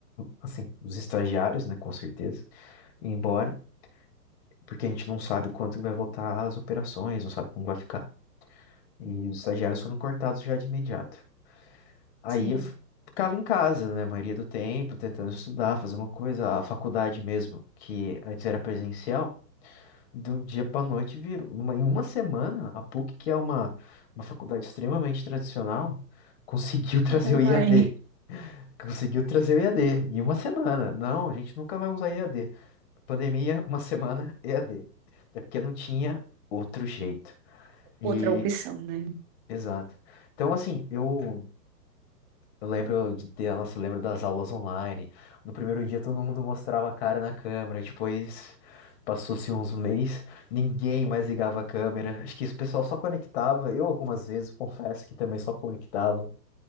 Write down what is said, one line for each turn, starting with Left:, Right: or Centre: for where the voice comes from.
Left: assim, os estagiários, né, com certeza, embora. porque a gente não sabe quanto vai voltar as operações, não sabe como vai ficar. E os estagiários foram cortados já de imediato. Aí
Right: sim.
Left: eu f- ficava em casa, né, a maioria do tempo, tentando estudar, fazer uma coisa. A faculdade mesmo, que antes era presencial, de um dia para noite virou. Numa- em uma semana, a PUC, que é uma, uma faculdade extremamente tradicional, conseguiu <laughs> trazer
Right: <laughs> Online,
Left: o IAD. Conseguiu trazer o IAD em uma semana. Não, a gente nunca vai usar IAD. Pandemia, uma <laughs> semana E a EAD. Até porque não tinha outro jeito. E,
Right: outra opção, né?
Left: exato. Então, assim, eu, eu lembro de ter, nossa, eu lembro das aulas online. No primeiro dia todo mundo mostrava a cara na câmera, depois passou-se uns meses, ninguém mais ligava a câmera. Acho que o pessoal só conectava, eu algumas vezes confesso que também só conectava.